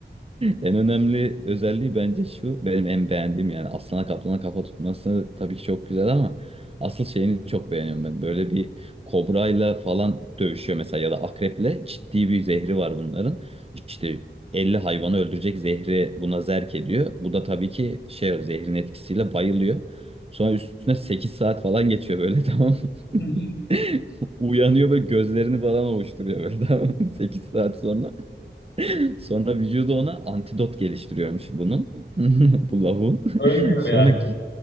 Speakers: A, on the right; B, on the left.
A: En önemli özelliği bence şu, benim en beğendiğim yani aslana kaplana kafa tutması tabii ki çok güzel ama asıl şeyini çok beğeniyorum ben. Böyle bir kobrayla falan dövüşüyor mesela ya da akreple ciddi bir zehri var bunların. İşte 50 hayvanı öldürecek zehri buna zerk ediyor. Bu da tabii ki şey zehrin etkisiyle bayılıyor. Sonra üstüne 8 saat falan geçiyor böyle <laughs> tamam mı?
B: <laughs>
A: <laughs> Uyanıyor ve gözlerini falan ovuşturuyor böyle tamam mı? <laughs> 8 saat sonra. Sonra vücudu ona antidot geliştiriyormuş bunun. <laughs> Bu lavuğun.
B: Ölmüyor
A: <laughs>
B: yani.
A: Sonra gi-